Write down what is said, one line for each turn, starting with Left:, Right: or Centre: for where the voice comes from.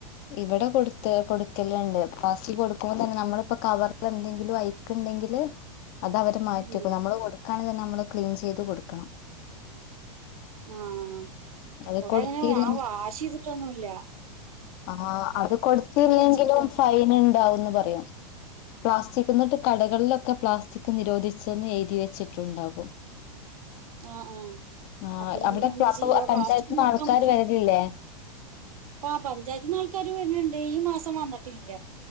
Left: ഇവിടെ കൊടുത്ത് കൊടുക്കലുണ്ട് പ്ലാസ്റ്റിക് കൊടുക്കുമ്പോ തന്നെ നമ്മളിപ്പോ കവറൽ എന്തെങ്കിലും ഐ ക്ക് ഇണ്ടെങ്കിൽ അത് അവര് മാറ്റി
Right: ഉം
Left: വെക്കും നമ്മള് കൊടുക്കാണെങ്കിൽ തന്നെ നമ്മള് ക്ലീൻ ചെയ്ത് കൊടുക്കണം.
Right: ആഹ്
Left: അത്
Right: ഇവിടെ
Left: കൊടുത്തില്ല
Right: ഇങ്ങനെ ഞ വാഷ് ചെയ്തിട്ടൊന്നുല്ല.
Left: ആഹ് അത് കൊടുത്തില്ലെങ്കിലും
Right: വെച്ചിരിക്കുക
Left: ഫൈൻ ഉണ്ടാവന്ന് പറയും. പ്ലാസ്റ്റിക് എന്നിട്ട് കടകളിലൊക്കെ പ്ലാസ്റ്റിക് നിരോധിച്ചെന്ന് എഴുതി വെച്ചിട്ടുണ്ടാകും.
Right: ആ ആ
Left: <inaudible> ആഹ്
Right: അപ്പൊ നമ്മൾ
Left: അവിടെ അപ്പ
Right: എന്ത്
Left: അപ്പൊ
Right: ചെയ്യാ
Left: പഞ്ചായത്തിന്ന്
Right: പ്ലാസ്റ്റിക്കും കൊടുക്കാൻ
Left: ആൾക്കാര് വരലില്ലേ?
Right: ആഹ് പഞ്ചായത്തിന്ന് ആൾക്കാര് വരലുണ്ട്. ഈ മാസം വന്നട്ടില്ല.